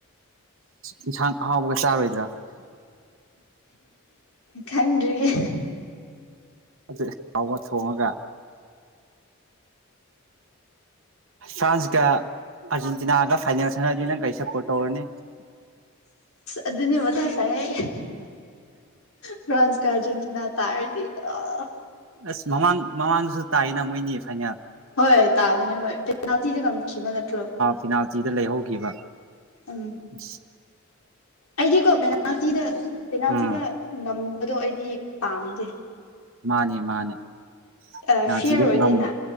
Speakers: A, on the right; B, on the left.
A: ꯌꯦꯟꯁꯥꯡ ꯑꯍꯥꯎꯕꯒ ꯆꯥꯔꯣꯏꯗ꯭ꯔꯣ꯫
B: ꯈꯪꯗ꯭ꯔꯤꯌꯦ꯫
A: ꯑꯗꯨ ꯆꯥꯎꯑꯣ ꯊꯣꯡꯉꯒ꯫ ꯐ꯭ꯔꯥꯟꯁꯀ ꯑꯥꯔꯖꯦꯟꯇꯤꯅꯥꯒ ꯐꯥꯏꯅꯦꯜ ꯁꯥꯟꯅꯔꯗꯤ ꯅꯪ ꯀꯩ ꯁꯞꯄꯣꯔꯠ ꯇꯧꯔꯅꯤ꯫
B: ꯑꯗꯨꯅꯦꯕ ꯃꯊꯥꯁꯥꯏꯌꯦ꯫ ꯐ꯭ꯔꯥꯟꯁꯀ ꯑꯔꯖꯦꯟꯇꯤꯅꯒ ꯇꯥꯔꯗꯤ ꯑꯥ꯫
A: ꯑꯁ ꯃꯃꯥꯡ ꯃꯃꯥꯡꯗꯁꯨ ꯇꯥꯏꯌꯦꯅ ꯃꯣꯏꯅꯤ ꯐꯥꯏꯅꯜ
B: ꯍꯣꯏ ꯇꯥꯕꯅꯦ ꯃꯣꯏ ꯄꯦꯅꯥꯜꯇꯤꯗ ꯉꯝꯈꯤꯕ ꯅꯠꯇ꯭ꯔꯣ
A: ꯄꯤꯅꯥꯜꯇꯤꯗ ꯂꯩꯍꯧꯈꯤꯕ
B: ꯎꯝ
A: ꯎ
B: ꯑꯩꯗꯤꯀꯣ ꯄꯦꯅꯥꯜꯇꯤꯗ ꯄꯦꯅꯥꯜꯇꯤꯗ
A: ꯎꯝ
B: ꯉꯝꯕꯗꯣ ꯑꯩꯗꯤ ꯄꯥꯝꯗꯦ
A: ꯃꯥꯅꯦ ꯃꯥꯅꯦ
B: ꯑ
A: ꯄꯦꯅꯥꯜꯇꯤꯗ
B: ꯐꯤꯔ ꯑꯣꯏꯗꯣꯏꯅ
A: ꯉꯝ